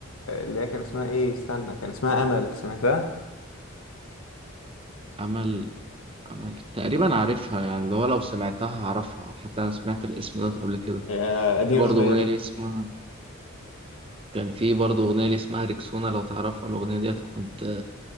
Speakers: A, on the left; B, on the right.
A: اللي هي كان اسمها ايه استنى كان اسمها امل سمعتها
B: امل امل تقريبا عارفها يعني اللي هو لو سمعتها هعرفها حتى انا سمعت الاسم ده قبل كده
A: هي قديمه
B: في برضه
A: شويه
B: اغنيه
A: دي
B: لي اسمها كان في برضه اغنيه لي اسمها ريكسونا لو تعرفها الاغنيه ديت كنت